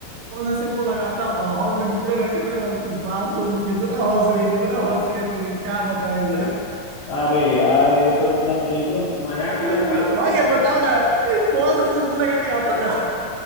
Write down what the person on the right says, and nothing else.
कौन सा शैम्पू लगाता होता हम लोग जितने लड़के थे ना उसके बाल सुन के इतना हंस रहे थे इतना हंस रहे थे कि क्या बताया जाए
हाँ
यार
बताओ ना कौन सा शैम्पू लगा के आता था